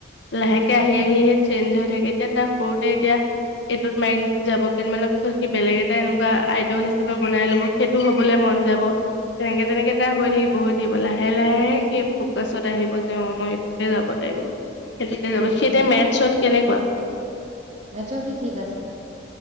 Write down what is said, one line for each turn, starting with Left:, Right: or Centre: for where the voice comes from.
Left: লাহেকে
Right: উম উম
Left: আহি আহি চেঞ্জ হৈ থাকে এতিয়া তাৰ সৰুতে এতিয়া এইটোত মাইণ্ড যাব কেইদিনমানৰ পিছত সি বেলেগ এটা এনেকুৱা আইডল হিচাপে বনাই লব সেইটো হবলৈ মন যাব এনেকে তেনেকে তাৰ হৈ থাকিব হৈ থাকিব লাহে লাহে সি ফকাচত আহিব যে অ মই এইটোতে যাব লাগিব সেইটোতে যাব
Right: সেইটোয়ে
Left: সেইয়া মেথছত কেনেকুৱা
Right: মেটছত সি ঠিক আছে